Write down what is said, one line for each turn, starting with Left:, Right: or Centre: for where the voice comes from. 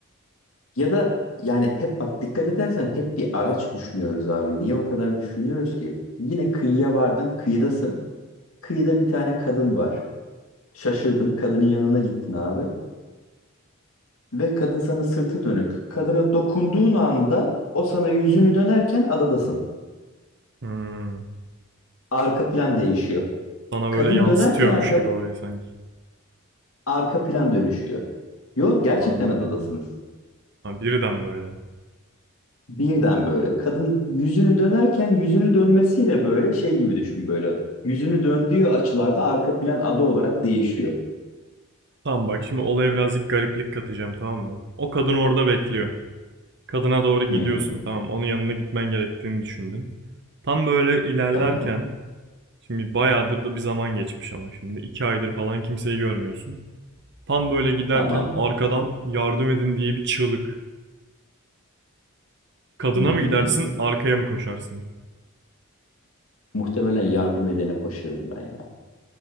Left: Ya da yani hep bak dikkat edersen hep bir araç düşünüyoruz abi. Niye o kadar düşünüyoruz ki? Yine kıyıya vardın, kıyıdasın. Kıyıda bir tane kadın var. Şaşırdın, kadının yanına gittin abi. Ve kadın sana sırtı dönük. Kadına dokunduğun anda o sana yüzünü dönerken adadasın.
Right: Hmm.
Left: Arka plan değişiyor.
Right: Sana
Left: Kadın
Right: böyle yansıtıyormuş
Left: dönerken arka
Right: gibi orayı sanki.
Left: arka plan dönüşüyor. Yok gerçekten
Right: Anladım.
Left: adadasınız.
Right: Ha birden böyle.
Left: Birden böyle. Kadın yüzünü dönerken yüzünü dönmesiyle böyle şey gibi düşün böyle. Yüzünü döndüğü açılarda arka plan ada olarak değişiyor.
Right: Tamam bak şimdi olaya birazcık gariplik katacağım tamam mı? O kadın orada bekliyor. Kadına doğru gidiyorsun
Left: Hmm,
Right: tamam onun yanına gitmen gerektiğini düşündün. Tam böyle ilerlerken
Left: tamam.
Right: Şimdi bayağıdır da bir zaman geçmiş ama şimdi iki aydır falan kimseyi görmüyorsun. Tam böyle giderken
Left: Tamam.
Right: arkadan yardım edin diye bir çığlık. Kadına
Left: Hmm.
Right: mı gidersin, arkaya mı koşarsın?
Left: Muhtemelen yardım edene koşarım ben ya.